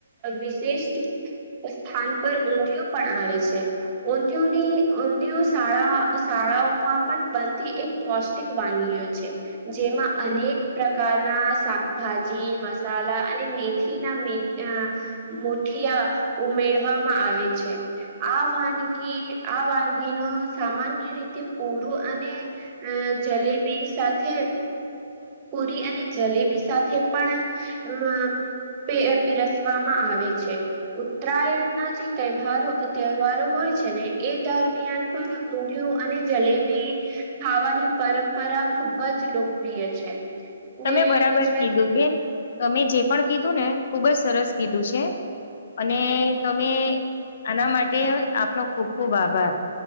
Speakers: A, on the right; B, on the left.
A: વિશિષ્ટ સ્થાન પર ઊંધિયું પણ આવે છે ઊંધિયુની શાળા શાળાઓમાં પણ બનતી એક પૌષ્ટિક વાનગીઓ છે જે એમાં અનેક પ્રકારના શાકભાજી મસાલા અને મેથીના મે મુઠિયા ઉમેરવામાં આવે છે આ વાનગી આ વાન ગીનો સામાન્ય રીતે પૂરું અને અ જલેબી સાથે પુરી અને જલેબી સાથે પણ અ પીરસવામાં આવે છે ઉત્તરાયણના જે તહેવારો તહેવારો હોય છેને એ દરમિયાન પણ ઊંધિયું અને જલેબી ખાવાની પરંપરા ખુબ જ લોકપ્રિય છે.
B: તમે
A: ને
B: બરાબર
A: ગુજરાત
B: કીધું બેન તમે જે પણ કીધું ને ખુબ જ સરસ કીધું છે. અને તમે આના માટે આપનો ખુબ ખુબ આભાર.